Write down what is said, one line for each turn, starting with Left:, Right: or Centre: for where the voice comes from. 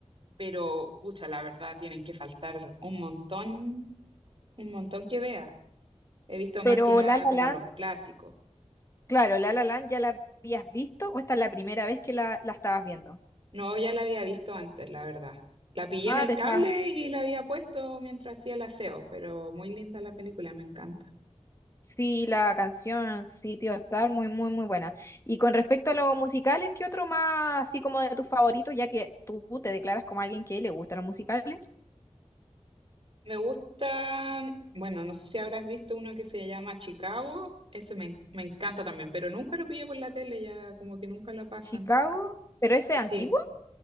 Right: pero pucha, la verdad tienen que faltar un montón, un montón que vea. He visto
Left: Pero
Right: más que nada
Left: La La
Right: como
Left: Land
Right: los clásicos.
Left: Claro, La La Land ya la habías visto o esta es la primera vez que la, la estabas viendo.
Right: No, ya la había visto antes, la verdad. La pillé
Left: Ah,
Right: en el
Left: te
Right: cable
Left: estás,
Right: y la había puesto mientras hacía el aseo, pero muy linda la película, me encanta.
Left: Sí, la canción Sitio Star, muy, muy, muy buena. Y con respecto a los musicales, ¿qué otro más así como de tus favoritos, ya que tú te declaras como alguien que le gustan los musicales?
Right: Me gusta, bueno, no sé si habrás visto uno que se llama Chicago, ese me, me encanta también, pero nunca lo pillé por la tele, ya como que nunca lo pasan.
Left: Chicago, pero ese
Right: Sí.
Left: es antiguo.